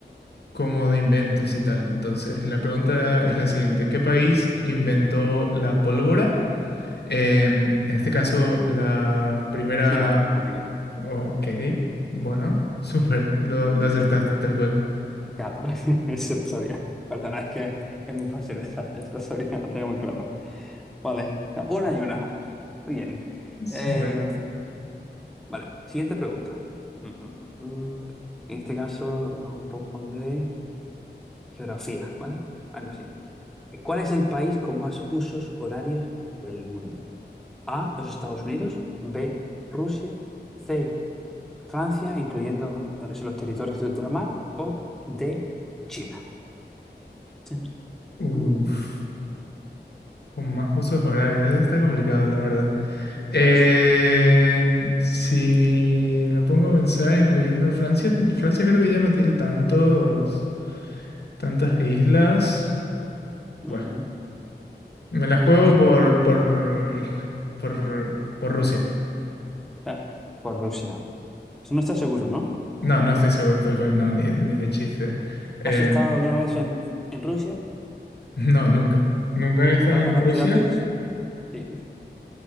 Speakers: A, on the left; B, in the centre.
A: como de inventos y tal. Entonces, la pregunta es la siguiente. ¿Qué país inventó la pólvora? Em, en este caso, la primera...
B: China, no tengo ya.
A: Ok, bueno, <laughs> súper, lo, lo acertaste tal cual.
B: Claro, <laughs> eso lo sabía. Perdona, es que es muy fácil esa, eso lo sabía, lo tenía muy claro. Vale, una y una. Muy bien.
A: Súper.
B: Eh, Vale, siguiente pregunta. Mm, mm, mm, mm. En este caso, haz un poco de geografía, ¿vale? Algo así. Eh, ¿Cuál es el país con más usos horarios del mundo? A, los Estados Unidos, B, Rusia, C, Francia, incluyendo eh, los territorios de ultramar, o D, China. Chin,
A: Uf,
B: mm,
A: con más usos horarios, eso está complicado, la verdad.
B: Eso
A: En-
B: es.
A: si me pongo a pensar, incluyendo Francia, Francia creo que ya no tiene tantos, tantas islas.
B: Ujú.
A: Bueno, me la juego
B: <laughs>
A: por, por, por, por Rusia.
B: Está Por Rusia. Eso no está seguro, ¿no?
A: No, no estoy seguro tal cual, no, ni, ni de chiste. Eh,
B: ¿Has estado alguna vez en, en Rusia?
A: No, nunca. Nunca he estado
B: ¿Sabes
A: en
B: la cantidad
A: Rusia.
B: de usos? Sí.